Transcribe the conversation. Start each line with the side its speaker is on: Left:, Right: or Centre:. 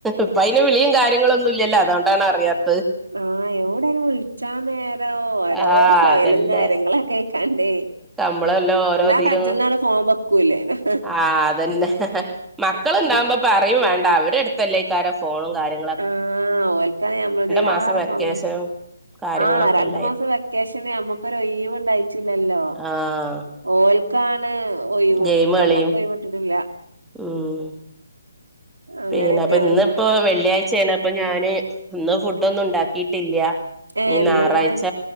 Centre: ഇപ്പൊ അയിന് വിളിയും കാര്യങ്ങളൊന്നും ഇല്ലല്ലോ അതുകൊണ്ടാണ് അറിയാത്
Right: ആഹ് എവിടയിന് വിളിച്ചാ നേരം ഓരോ
Centre: ആഹ്
Right: സഹലും
Centre: അതല്ലേ
Right: കാര്യങ്ങളൊക്കെ ആയി ക്കാണ്ടേ
Centre: നമ്മളല്ലോ ഓരോതിലും
Right: ഇന്നാ കജ്ന്നാണ് ഫോ വെക്കൂല്ലേനും
Centre: ആഹ് അതന്നെ മക്കള്ണ്ടാവുമ്പോ പറയും വേണ്ടാ അവരെടുത്തല്ലേക്കാരം ഫോണും കാര്യ
Right: ആഹ് ഓൽത്താണ് ഞമ്മളത് എല്ലാറെ
Centre: മാസം വെക്കേഷനും
Right: ഫോ വന്നാ
Centre: കാര്യങ്ങളൊക്കെ
Right: ആഹ് രണ്ടു
Centre: അല്ലായിരുന്നു
Right: മാസം വെക്കേഷന് നമ്മക്ക് ഒരൊയിവ് ഇണ്ടായിറ്റൂല്ലല്ലോ
Centre: ആഹ്
Right: ഓൽക്കാണ് ഒയിവ്
Centre: ഗെയിം
Right: ഞമ്മക്ക്
Centre: കളിയും
Right: ഒയിവ് കിട്ടീട്ടില്ലാ
Centre: ഉം
Right: അങ്ങനെയൊക്കെയാണ്
Centre: പിന്നെ അപ്പൊ ഇന്നിപ്പോ വെള്ളിയാഴ്‌ച്ചയാണ് അപ്പൊ ഞാന് ഇന്ന് ഫുഡൊന്നും ഇണ്ടാക്കീട്ടില്ലാ
Right: ഏഹ്
Centre: ഇനീ
Right: ഇന്ന്ങ്ങള്
Centre: ഞായറാഴ്ച